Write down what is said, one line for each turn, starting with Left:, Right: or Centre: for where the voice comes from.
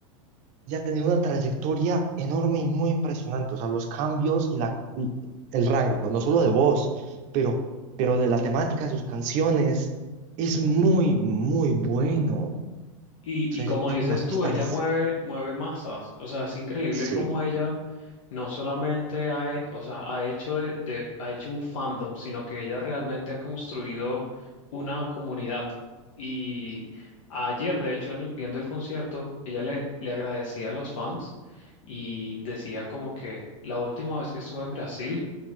Right: ya tenía una trayectoria enorme y muy impresionante. O sea, los cambios y la, y el rango, no solo de voz, pero, pero de la temática de sus canciones, es muy, muy bueno. O
Left: Y,
Right: sea,
Left: y como
Right: ella
Left: dices
Right: como artista
Left: tú, ella
Right: es,
Left: mueve, mueve masas. O sea, es increíble
Right: sí,
Left: cómo ella no solamente ha, he- o sea, ha hecho de, de- ha hecho un fandom, sino que ella realmente ha construido una comunidad. Y ayer, de hecho, en el, viendo el concierto, ella le, le agradecía a los fans y decía como que la última vez que estuve en Brasil,